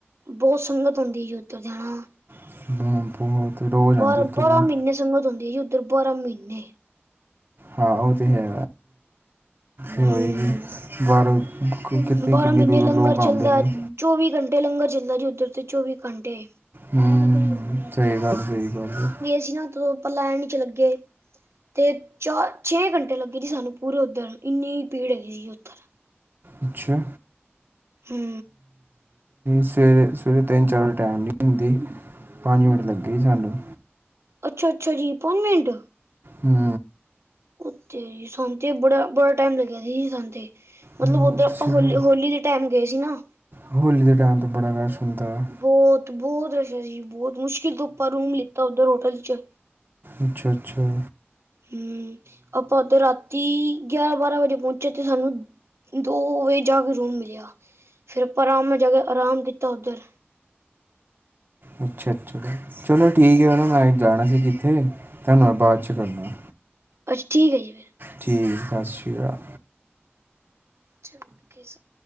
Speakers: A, on the right (about 80°); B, on the right (about 50°).
A: ਬੋਤ ਸੰਗਤ ਹੁੰਦੀ ਐ, ਓਧਰ ਤੇ ਹੈਣਾ
B: ਹਾਂ, ਬਹੁਤ ਰੋਜ਼ ਆਉਂਦੀ
A: ਬਾਰਾਂ-ਬਾਰਾਂ
B: ਉੱਥੇ ਤਾਂ
A: ਮਹੀਨੇ ਸੰਗਤ ਹੁੰਦੀ ਐ ਜੀ, ਉੱਧਰ ਬਾਰਾਂ ਮਹੀਨੇ।
B: ਹਾਂ ਓ ਤੇ ਹੈ, ਹੋਏਗੀ
A: ਹੂੰ
B: ਬਾਹਰੋਂ ਕਿੱਤਨੀ
A: ਬਾਰਾਂ
B: ਕਿੰਨੀ
A: ਮਹੀਨੇ
B: ਦੂਰੋਂ
A: ਲੰਗਰ
B: ਲੋਕ ਲੋਕ
A: ਚੱਲਦਾ
B: ਆਂਦੇ ਨੇ।
A: ਚੌਵੀ ਘੰਟੇ ਲੰਗਰ ਚੱਲਦਾ ਜੀ, ਓਧਰ ਤੇ, ਚੌਵੀ ਘੰਟੇ।
B: ਹੂੰ, ਸਹੀ ਗੱਲ, ਸਹੀ ਗੱਲ ਏ।
A: ਜਿਨਾ ਤ੍ਰੋ, ਆਪਾਂ ਲੈਣ ਇਚ ਲਗੇ। ਤੇ ਚਾਰ ਛੇ ਘੰਟੇ ਲੱਗੇ ਜੀ ਸਾਨੂੰ ਪੂਰੇ ਉਧਰ, ਇੰਨੀ ਭੀੜ ਹੈਗੀ ਸੀ ਉਧਰ।
B: ਅੱਛਾ।
A: ਹੂੰ।
B: ਸਵੇਰੇ-ਸਵੇਰੇ ਤਿੰਨ ਚਾਰ ਵਜੇ ਟਾਈਮ ਨੀ ਹੁੰਦੀ, ਪੰਜ ਮਿੰਟ ਲੱਗੇ ਸਾਨੂੰ।
A: ਅੱਛਾ-ਅੱਛਾ ਜੀ ਅਪੋਇਨਮੈਂਟ।
B: ਹੂੰ
A: ਉੱਥੇ ਸਾਨੂੰ ਤੇ ਬੜਾ ਬੜਾ ਟਾਈਮ ਲੱਗਿਆ ਸੀ ਜੀ ਸਾਨੂੰ ਤੇ, ਮਤਲਬ
B: ਹੂੰ,
A: ਓਧਰ ਆਪਾਂ
B: ਤੁਸੀਂ
A: ਹੋਲੀ-ਹੋਲੀ
B: ਫਿਰ
A: ਦੇ ਟਾਈਮ ਗਏ ਸੀ ਨਾ।
B: ਹੋਲੀ ਦੇ ਟਾਈਮ ਤੇ, ਬੜਾ ਰਸ਼ ਹੁੰਦਾ ਹੈ।
A: ਬਹੁਤ ਬਹੁਤ ਰਸ਼ ਐ ਜੀ, ਬਹੁਤ ਮੁਸ਼ਕਿਲ ਤੋਂ ਆਪਾਂ ਰੂਮ ਲਿੱਤਾ ਓਧਰ ਹੋਟਲ ਚ।
B: ਅੱਛਾ-ਅੱਛਾ
A: ਹੂੰ, ਆਪਾਂ ਓਦਰ ਰਾ ਤੀ ਗਿਆਰਾਂ ਬਾਰਾਂ ਵਜੇ ਪੋਂਚਿਐ, ਤੇ ਸਾਨੂੰ ਦੋ ਵਜੇ ਜਾ ਕੇ ਰੂਮ ਮਿਲਿਆ। ਫਿਰ ਆਪਾਂ ਰੂਮ ਮੇਂ ਜਾਕੇ, ਆਰਾਮ ਕੀਤਾ ਔ ਦਰ।
B: ਅੱਛਾ-ਅੱਛਾ, ਚਲੋ ਠੀਕ ਐ ਹੈਨਾ, ਮੈਂ ਜਾਣਾ ਸੀ ਕਿੱਥੇ ਤਾਂ ਮੈਂ ਬਾਦ ਚ ਕਰਦਾ ਆ।
A: ਅੱਛਾ ਠੀਕ ਐ ਜੀ ਫੇਰ
B: ਠੀਕ ਐ, ਸਤਿ ਸ੍ਰੀ ਅਕਾਲ
A: <inaudible>